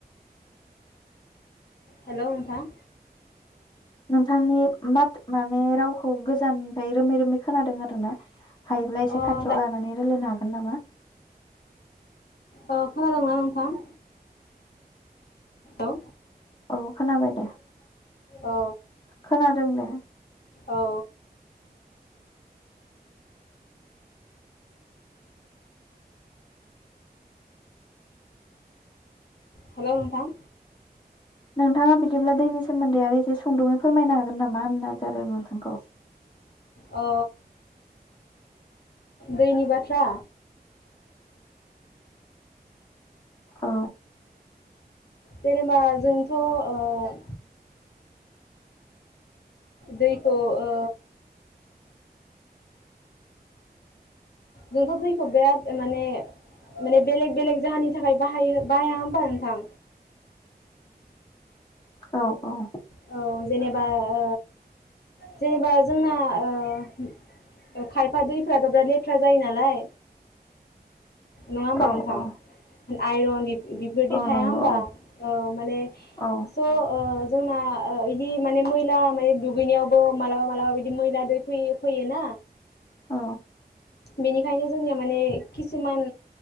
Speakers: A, on the left (about 75°); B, on the left (about 30°).
A: हेलौ नोंथां
B: नोंथांनि माथ माने रावखौ गोजाननिफ्राय रोमै रोमै खोनादों आरो ना। हायोब्ला एसे
A: अ
B: खाथियाव
A: दा
B: लानानै रायलायना। <unintelligible>
A: खोनादोंना नोंथां? औ।
B: औ। खोनाबाय दे
A: औ
B: खोनादों दे।
A: औ। हेलौ नोंथां
B: नोंथाङा बिदिब्ला दैनि सोमोन्दै आरो एसे सुंदुङै फोरमायनो हागोन नामा होनाय जादों नोंथांखौ
A: अ। दैनि बाथ्रा
B: औ
A: जेनेबा जोंथ ओ' दैखौ ओ जोंथ' दैखौ बिराद माने माने बेलेग बेलेग जाहोनि थाखाय बाहायो बाहाया होनबा नोंथां।
B: औ औ।
A: औ जेनेबा ओ जेनेबा जोंना ओ खायफा दैफ्राथ' बिराद लेथ्रा जायो नालाय। नङाहोनबा
B: औ
A: नोंथां।
B: औ
A: आइरन बिबायदि
B: औ
A: थाया
B: नंगौ
A: होमबा औ माने
B: औ
A: स' ओ जोंना बिदि माने मैला माने दुगैनायावबो मालाबा मालाबा बिदि मैला दै फैयो फैयोना‌
B: औ।
A: बेनिखायनो जोंनिया माने किसुमान